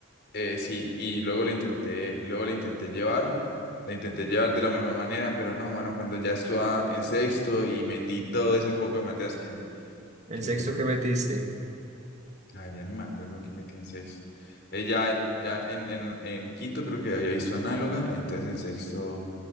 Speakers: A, on the left; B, on the right.
A: eh, sí, y luego lo intenté, luego la intenté llevar, la intenté llevar de la mejor manera, pero no, mano, cuando ya estaba en sexto y metí todo ese poco de materias que,
B: ¿En
A: que,
B: sexto qué metiste?
A: ah, ya ni me acuerdo que metí en sexto. Eh, ya, ya en, en, en quinto creo que había visto análoga, entonces en sexto